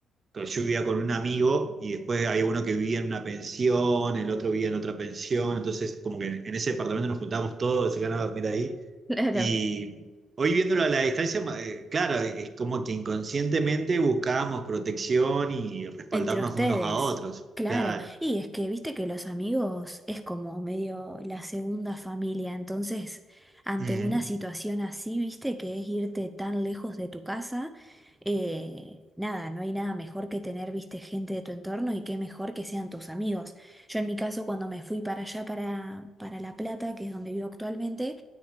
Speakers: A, on the right; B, in the centre.
A: pero yo vivía con un amigo y después había uno que vivía en una pensión, el otro vivía en otra pensión, entonces como que en en ese departamento nos juntábamos todos, se ganaba dormir ahí.
B: <laughs> claro,
A: Y hoy viéndolo a la distancia, ma- eh, claro, es como que inconscientemente buscábamos protección y respaldarnos
B: entre ustedes,
A: unos a otros,
B: claro.
A: claro.
B: Y es que viste que los amigos es como medio la segunda familia, entonces ante
A: Ujú,
B: una situación así, viste que es irte tan lejos de tu casa, eh, nada, no hay nada mejor que tener, viste, gente de tu entorno y qué mejor que sean tus amigos. Yo en mi caso, cuando me fui para allá, para, para La Plata, que es donde vivo actualmente,